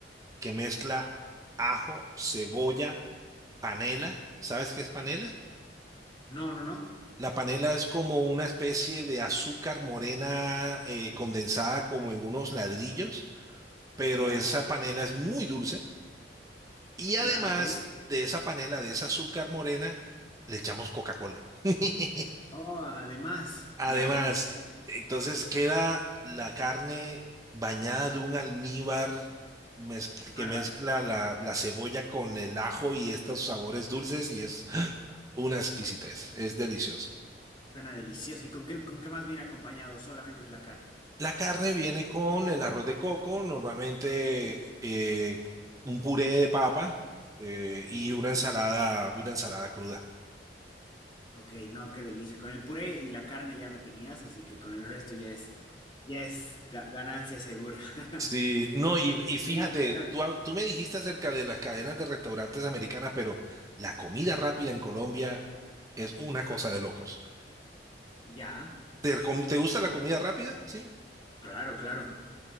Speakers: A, on the right; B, on the left.
A: que mezcla ajo, cebolla, panela. ¿Sabes qué es panela?
B: No, no, no.
A: La panela es como una especie de azúcar morena eh, condensada como en unos ladrillos, pero
B: Ya.
A: esa panela es muy dulce y además
B: Ya, ok.
A: de esa panela, de esa azúcar morena, le echamos Coca-Cola. <laughs>
B: Oh, además.
A: Además,
B: Ya, ok.
A: entonces queda la carne bañada de un almíbar mezc- que
B: Bárbaro.
A: mezcla la, la cebolla con el ajo y estos sabores dulces y es una exquisitez, es delicioso.
B: Suena delicioso. ¿Y con qué, con qué más viene acompañado? Solamente es la carne.
A: La carne viene con el arroz de coco, normalmente
B: Sí.
A: eh, un puré de papa eh, y
B: Uy.
A: una ensalada, una ensalada cruda.
B: Ok, no, qué delicia. Con el puré y la carne ya me tenías, así que con el resto ya es, ya es ga- ganancia segura. <laughs>
A: Sí, no,
B: Qué increíble.
A: y, y fíjate,
B: Qué linda ciudad.
A: tú, hab- tú me dijiste acerca de las cadenas de restaurantes americanas, pero la comida rápida en Colombia es una
B: Ajá,
A: cosa de locos.
B: ya,
A: ¿Te, recom- te gusta la comida rápida? Sí.
B: claro, claro,